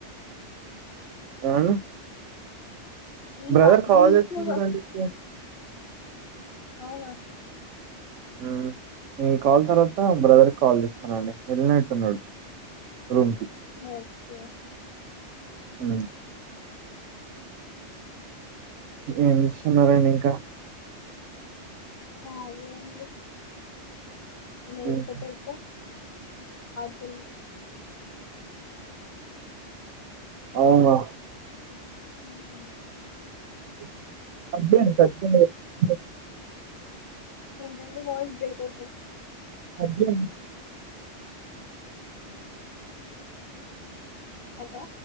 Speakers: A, on the right; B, on the left.
A: ఏమండి
B: ఈ
A: బ్రదర్
B: వా
A: కాల్
B: ఈ వీక్
A: చేస్తున్నారంండి
B: లో కా-
A: ఇప్పుడు
B: అవునా
A: హ్మ్ మీ కాల్ తర్వాత బ్రదర్కి కాల్ చేస్తానండి వెళ్ళినట్టున్నాడు రూమ్కిి
B: ఓకే
A: హ్మ్ ఏం చేస్తున్నారండి ఇంకా
B: ఆ అదే అండి నైలకట్టర్
A: హ్మ్.
B: తో <inaudible>
A: అవునా
B: <inaudible>
A: <inaudible>
B: రండి వాయిస్ బ్రేక్ అవుతోంది
A: <inaudible>
B: హలో